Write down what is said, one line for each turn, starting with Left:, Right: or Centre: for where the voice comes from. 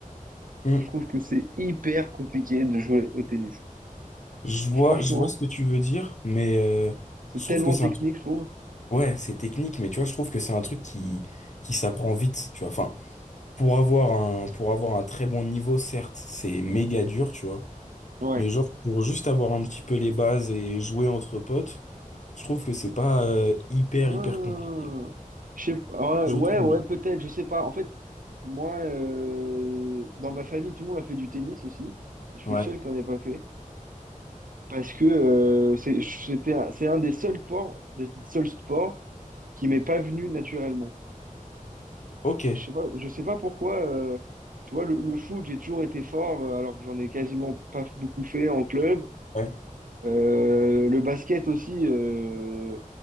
Left: hum,
Right: Je trouve que c'est hyper compliqué de jouer au tennis.
Left: je vois,
Right: Franchement,
Left: je vois ce que tu veux dire, mais euh,
Right: c'est
Left: je trouve
Right: tellement
Left: que c'est
Right: technique,
Left: un truc.
Right: je trouve.
Left: Ouais, c'est technique, mais tu vois, je trouve que c'est un truc qui, qui s'apprend vite, tu vois. Enfin, pour avoir un, pour avoir un très bon niveau, certes, c'est méga dur, tu vois.
Right: Ouais.
Left: Mais genre, pour juste avoir un petit peu les bases et jouer entre potes, je trouve que c'est pas euh, hyper,
Right: Ah,
Left: hyper compliqué.
Right: je sais pas.
Left: je
Right: Ouais,
Left: trouve.
Right: ouais, peut-être, je sais pas. En fait, moi, euh, dans ma famille, tout le monde a fait du tennis aussi. Et je suis
Left: Ouais,
Right: le seul qui n'en ait pas fait. Parce que euh, c'est c'était un- c'est un des seuls sports, des seuls sports. qui m'est pas venu naturellement.
Left: ok,
Right: Je sais pas, je sais pas pourquoi. euh, tu vois, le, le foot, j'ai toujours été fort, euh, alors que j'en ai quasiment pas beaucoup fait en club.
Left: ouais,
Right: Euh, le basket aussi. euh,